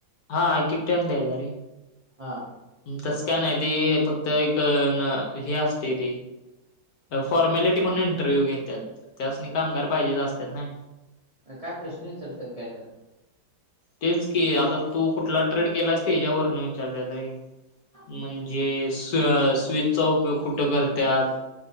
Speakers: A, on the left (about 65°); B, on the right (about 35°).
A: हा एक एक ट्यान द्यायचा रे.
B: हां.
A: तस काय नाही ते फक्त एक न हे असतय ते फॉरमॅलिटी म्हणून इंटरव्ह्यू घेत्यात त्यासनी कामगार पाहिजेच असत्यात ना.
B: काय प्रश्न विचारतात काय खरं?
A: तेच की आता तू कुठला ट्रेड केलास त्याच्या वरन विचारत्यात रे.
B: हम्म,
A: म्हणजे
B: हम्म,
A: स स्विचचा उपयोग कुठं करत्यात?